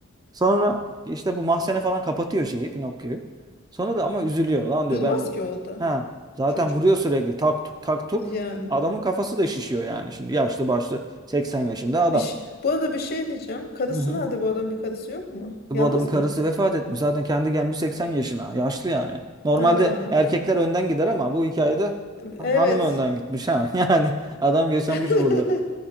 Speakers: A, on the right; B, on the left.
A: Sonra işte bu mahzene falan kapatıyor şeyi Pinokyo'yu. Sonra da ama üzülüyor lan diyor
B: Durmaz
A: ben
B: ki orada
A: ha zaten
B: çocuk.
A: vuruyor sürekli tak tuk tak tuk.
B: Yani.
A: Adamın kafası da şişiyor yani şimdi yaşlı başlı 80 yaşında adam.
B: Bir, ş- bu arada bir şey diyeceğim. Karısı
A: Hı hı.
B: nerede bu adamın bir karısı yok mu?
A: Bu
B: Yalnız
A: adamın karısı
B: mı?
A: vefat etmiş zaten kendi gelmiş 80 yaşına yaşlı yani. Normalde
B: Ha.
A: erkekler önden gider ama bu hikayede hanım
B: Evet.
A: önden gitmiş ha <laughs> yani adam yaşamış
B: <laughs>
A: burada.